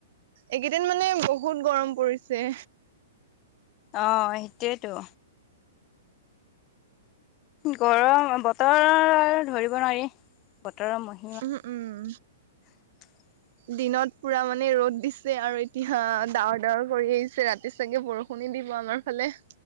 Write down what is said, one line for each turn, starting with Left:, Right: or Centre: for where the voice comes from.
Right: এইকেইদিন মানে বহুত গৰম পৰিছে।
Left: অ' সেইটোয়েটো। গৰম, বতৰৰ ধৰিব নোৱাৰি, বতৰৰ মহি।
Right: উহু, উম।
Left: <unintelligible>
Right: দিনত পুৰা মানে ৰ'দ দিছে আৰু এতিয়া ডাৱৰ, ডাৱৰ কৰি আহিছে, ৰাতি চাগে বৰ। ষুণে দিব আমাৰ ফালে।